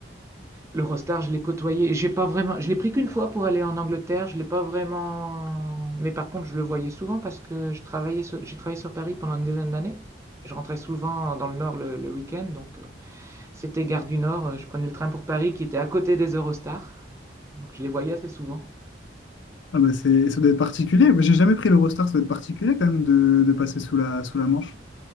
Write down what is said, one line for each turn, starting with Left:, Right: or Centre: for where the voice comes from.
Right: L'Eurostar, je l'ai côtoyé. J'ai pas vraiment, je l'ai pris qu'une fois pour aller en Angleterre. Je l'ai pas vraiment. Mais par contre, je le voyais souvent parce que je travaillais sur- j'ai travaillé sur Paris pendant une dizaine d'années. Je rentrais souvent dans le Nord le, le week-end, donc euh, c'était gare du Nord. euh, Je prenais le train pour Paris qui était à côté des Eurostars, donc je les voyais assez souvent.
Left: Ah bah c'est, ça doit être particulier. Mais j'ai jamais pris l'Eurostar, ça doit être particulier quand même de, de passer sous la, sous la Manche.